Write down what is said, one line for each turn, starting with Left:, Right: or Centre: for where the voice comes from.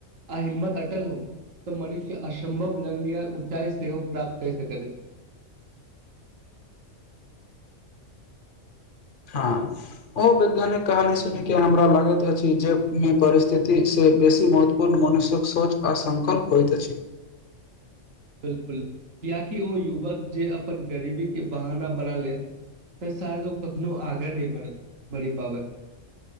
Right: आ हिम्मत अटल हो त मनुष्य असम्भव लग्न ऊँचाइ सेहो प्राप्त कै सकैत अछि
Left: हँ ओ वैज्ञानिक कहानी सुन के हमरा लागैत अछि जेहि मे परिस्थिति से बेसी महत्वपूर्ण मनुष्य्यक सोच आ संकल्प होइत अछि
Right: बिल्कुल कियाकि ओ युवक जे अपन गरीबी के बहाना बना लेत तेर शायद ओ कखनो आगाँ नहि बढ़ बढ़ि पाबत